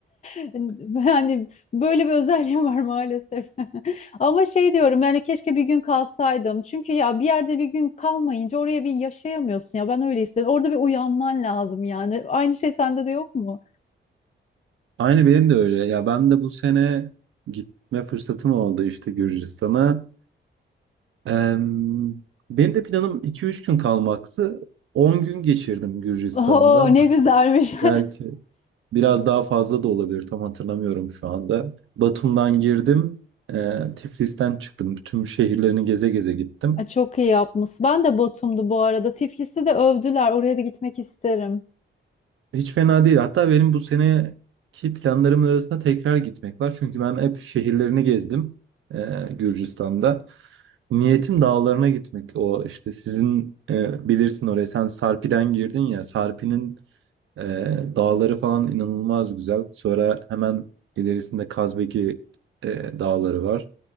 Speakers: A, on the left (about 35°); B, on the right (about 80°).
A: Yani hani, böyle bir özelliğim var maalesef. <laughs> Ama şey diyorum yani keşke bir gün kalsaydım. Çünkü ya bir yerde bir gün kalmayınca oraya bir yaşayamıyorsun ya ben öyle istedim. Orada bir uyanman lazım yani. Aynı şey sende de yok mu?
B: Aynı benim de öyle. Ya ben de bu sene gitme fırsatım oldu işte Gürcistan'a. Em, benim de planım iki üç gün kalmaktı. on gün geçirdim Gürcistan'da.
A: <laughs> Oo ne
B: Hatta
A: güzelmiş. <laughs>
B: belki biraz daha fazla da olabilir. Tam hatırlamıyorum şu anda. Batum'dan girdim. E, Tiflis'ten çıktım. Tüm şehirlerini geze geze gittim.
A: Ay, Çok iyi yapmış. Ben de Batum'du bu arada. Tiflis'i de övdüler. Oraya da gitmek isterim.
B: Hiç fena değil. Hatta benim bu seneki planlarımın arasında tekrar gitmek var. Çünkü ben hep şehirlerini gezdim e, Gürcistan'da. Niyetim dağlarına gitmek. O işte sizin e, bilirsin oraya. Sen Sarpi'den girdin ya. Sarpi'nin e, dağları falan inanılmaz güzel. Sonra hemen ilerisinde Kazbeki e, dağları var.